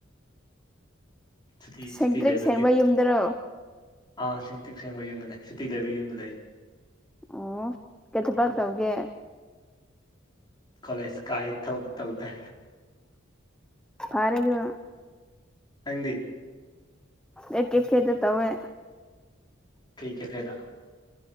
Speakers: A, on the left; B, in the centre.
A: ꯁꯨꯇꯤ
B: ꯁꯦꯡꯛꯇ꯭ꯔꯤꯛ
A: ꯁꯨꯇꯤ ꯂꯩꯕꯒꯤ
B: ꯁꯦꯡꯕ ꯌꯨꯝꯗꯔꯣ
A: ꯑꯥ ꯁꯦꯡ ꯇꯤꯛ ꯁꯦꯡꯕ ꯌꯨꯝꯗ ꯂꯩ ꯁꯤꯇꯤ ꯂꯩꯕꯒꯤ ꯌꯨꯝꯗ ꯂꯩ
B: ꯑꯣ ꯀꯩ ꯇꯕꯥꯛ ꯇꯎꯦ
A: ꯀꯣꯂꯦꯖ ꯀꯥꯏ ꯊꯕꯛ ꯇꯧꯗꯦ
B: ꯄꯥꯔꯦꯗꯨ
A: ꯍꯪꯗꯤ
B: ꯑꯦ ꯀꯦꯐꯦꯗ ꯇꯧꯋꯦ
A: ꯀꯩ ꯀꯦ ꯐꯥꯏꯗ